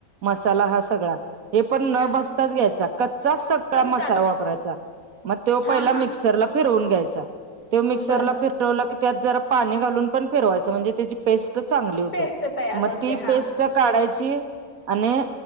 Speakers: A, on the right (about 70°); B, on the left (about 30°).
A: मसाला हा सगळा हे पण न
B: हा
A: भसताच घ्यायचा कच्चाच सगळा
B: कच्चाच
A: मसाला वापरायचा. मग त्यो
B: हा
A: पहिला
B: हा
A: मिक्सरला फिरवून घ्यायचा. त्यो मिक्सरला
B: बर
A: फिरवला की त्यात जरा पाणी घालून पण फिरवायचं म्हणजे त्याची पेस्ट चांगली होत्या
B: पेस्ट तयार
A: म
B: होते
A: ती
B: हा
A: पेस्ट काढायची आणि